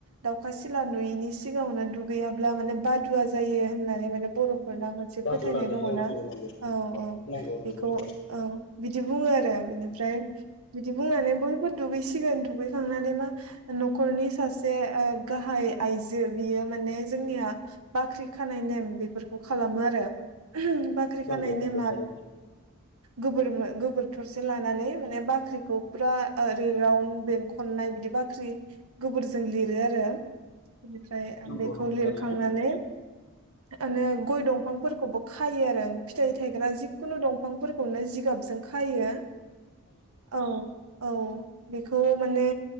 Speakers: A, on the right; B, on the left.
A: दाउखा सिला नुयिनि सिगाङावनो दु गैयाब्ला माने बादुवा जायो होननानै माने बर' फोरा मोनसे
B: बादुला
A: फोथायनाय
B: जायो
A: दङ
B: औ
A: ना
B: नंगौ
A: औ औ
B: नंगौ नंगौ
A: बेखौ
B: नंगौ
A: ओं बिदि बुङो आरो बिदि ओमफ्राय बिदि बुंनानै बयबो दुगैसिगोन दुगैखांनानै मा न'खरनि सासे ओ गाहाय आइजो बियो माने जोंनिया बाख्रि खानाय नेम बेफोरखौ खालामो आरो बाख्रि
B: नंगौ
A: खानाय नेमा
B: नंगौ थारैनो
A: गो गोबोर थरसे ला नानै माने बाख्रिखौ फुरा ओरै राउण्ड बेंखननाय बिदि बाख्रि गोबोरजों लिर लिरो आरो बेनिफ्राय ओ
B: नंगौ
A: बेखौ
B: नंगौ
A: लिरखांनानै
B: थारैनो
A: माने गय दंफांफोरखौबो खायो आरो फिथाइ थायग्रा जिखुनु दंफांफोरखौनो जिगाबजों खायो औ औ बेखौ माने